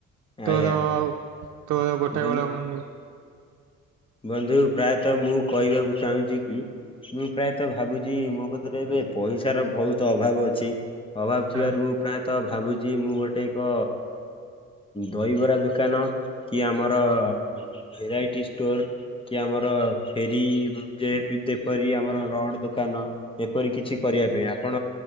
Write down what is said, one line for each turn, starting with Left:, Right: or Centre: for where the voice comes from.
Left: ଆଜ୍ଞା
Right: ତୋଦ ତୋଦ ଗୋଟେ
Left: ବନ୍ଧୁ
Right: ମୁ <inaudible>
Left: ବନ୍ଧୁ ପ୍ରାୟତଃ ମୁଁ କହିବାକୁ ଚାହୁଁଛି କି ମୁଁ ପ୍ରାୟତଃ ଭାବୁଛି ମୋ କତିରେ ଏବେ ପଇସାର ବହୁତ ଅଭାବ ଅଛି। ଅଭାବ ଥିବାରୁ
Right: ହଁ
Left: ମୁଁ ପ୍ରାୟତଃ ଭାବୁଛି ମୁଁ ଗୋଟେ ଏକ ଦହିବରା ଦୋକାନ କି ଆମର ଭେରାଇଟି ଷ୍ଟୋର କି ଆମର ଫେରି ଯେ ଯେପରି ଆମର ରଡ ଦୋକାନ। ଏପରି କିଛି କରିବା ପାଇଁ ଆପଣ